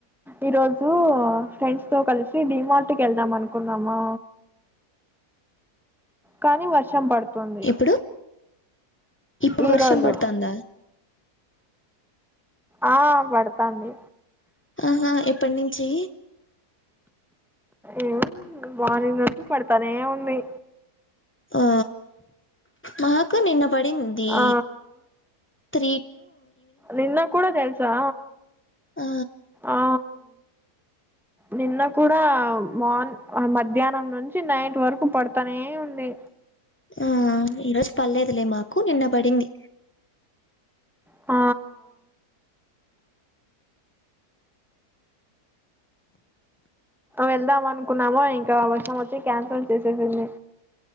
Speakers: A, in the centre; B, on the left.
A: ఈ రోజు ఫ్రెండ్స్ తో కలిసి డి మార్ట్ కు వెళ్దాం అనుకున్నామా కానీ వర్షం పడుతు కుంది
B: ఎప్పుడు? ఇప్పుడు
A: ఈ
B: వర్షం
A: రోజు
B: పడతాందా?
A: ఆ పడతాండి
B: ఆహా ఎప్పటి నుంచి
A: ఏమ మార్నింగ్ నుండి పడతానే ఉంది
B: ఆ మాకు నిన్న పడింది
A: ఆ
B: త్రీ
A: నిన్న కూడాడా తెల్సా
B: ఆ!
A: ఆ నిన్న కూడా మార్ మధ్యాహ్నం నుంచి నైట్ వరకు పడతానే ఉంది
B: ఆ ఈరోోజు పర్లేదులే మాకు నిన్న పడింది
A: ఆ వెళ్దాం అనుకున్నాము ఇంకా వర్షం వచ్చి క్యాన్సల్ చేసేసింది